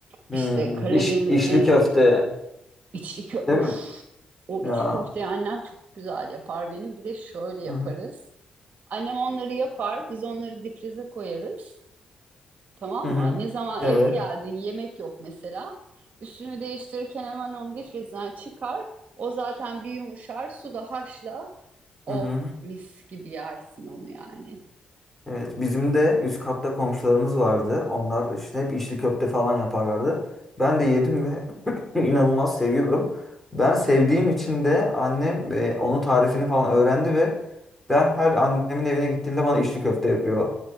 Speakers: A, in the centre; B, on the right (about 60°).
A: Hmm,
B: işte Karadeniz'in
A: iş, işli köfte.
B: İçli kö
A: Değil
B: of
A: mi?
B: o
A: Ya.
B: içli köfteyi annem çok güzel yapar benim. Bir de şöyle yaparız.
A: Hı hı.
B: Annem onları yapar, biz onları difrize koyarız. Tamam
A: Hı hı.
B: mı? Ne zaman
A: Evet.
B: eve geldin yemek yok mesela. Üstünü değiştirirken hemen onu difrizden çıkar. O zaten bir yumuşar, suda haşla. Oh
A: Hı hı.
B: mis gibi yersin onu yani.
A: Evet, bizim de üst katta komşularımız vardı. Onlar işte hep içli köfte falan yaparlardı. Ben de yedim ve <clears throat> <laughs> inanılmaz seviyorum. Ben sevdiğim için de annem e, onun tarifini falan öğrendi ve ben her annemin evine gittiğimde bana içli köfte yapıyor.